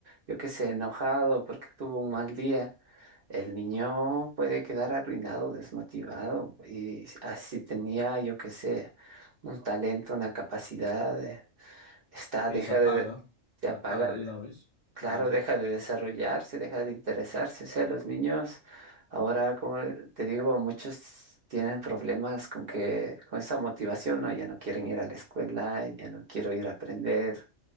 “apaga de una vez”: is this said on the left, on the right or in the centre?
Left